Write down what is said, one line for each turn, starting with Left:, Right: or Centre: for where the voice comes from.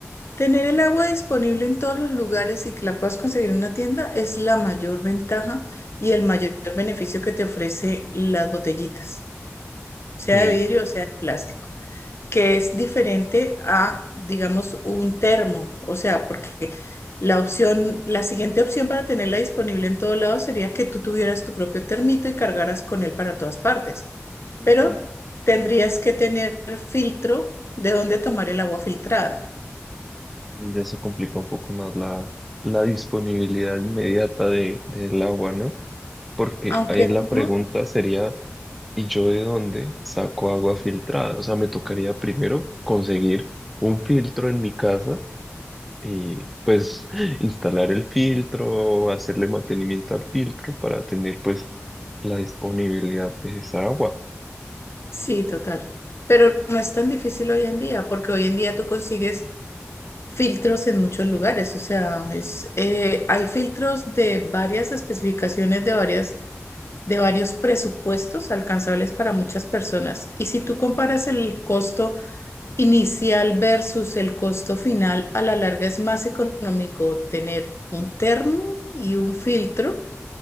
Left: Tener el agua disponible en todos los lugares y que la puedas conseguir en una tienda es la mayor ventaja y el mayor beneficio que te ofrece las botellitas, sea
Centre: Sí.
Left: de vidrio o sea de plástico, que es diferente a, digamos, un termo. O sea, porque la opción, la siguiente opción para tenerla disponible en todo lado sería que tú tuvieras tu propio termito y cargaras con él para todas partes.
Centre: Ujú.
Left: Pero tendrías que tener filtro de dónde tomar el agua filtrada.
Centre: Y ya se complica un poco más la, la disponibilidad inmediata de, del agua, ¿no? Porque
Left: Aunque
Centre: ahí la pregunta
Left: no
Centre: sería, ¿y yo de dónde saco agua filtrada? O sea, me tocaría primero conseguir un filtro en mi casa y pues <laughs> instalar el filtro, hacerle mantenimiento al filtro para tener pues la disponibilidad de esa agua.
Left: Sí, total. Pero no es tan difícil hoy en día, porque hoy en día tú consigues filtros en muchos lugares. O sea, es, eh, hay filtros de varias especificaciones, de varias, de varios presupuestos alcanzables para muchas personas. Y si tú comparas el costo inicial versus el costo final, a la larga es más económico tener un termo y un filtro